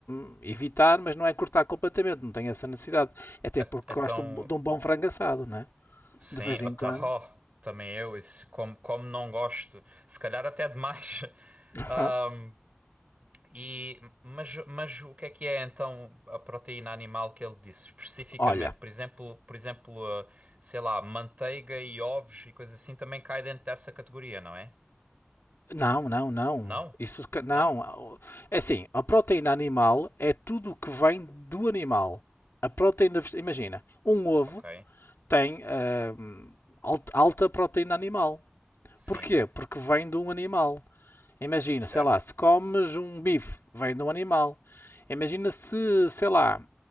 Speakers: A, on the left; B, on the right.
A: hum, evitar, mas não é cortar completamente. Não tem essa necessidade. Até
B: E-
A: porque
B: Então,
A: gostam de um bom frango assado, né?
B: sim,
A: De vez em
B: o tarro
A: quando.
B: também eu, isso, como, como não gosto, se calhar até demais. <laughs>
A: Hã?
B: Ahm, e, mas, mas o que é que é então a proteína animal que ele disse especificamente?
A: Olha,
B: Por exemplo, por exemplo, ah, sei lá, manteiga e ovos e coisa assim também cai dentro dessa categoria, não é?
A: não, não, não.
B: Não?
A: Isso ca- não.
B: Não?
A: Ah, É assim, a proteína animal é tudo o que vem do animal. A proteína, vege- imagina, um ovo
B: Ok.
A: tem ah, hum, alt- alta proteína animal.
B: Sim,
A: Porquê? Porque vem de um animal. Imagina,
B: certo.
A: sei lá, se comes um bife, vem de um animal. Imagina se, sei lá,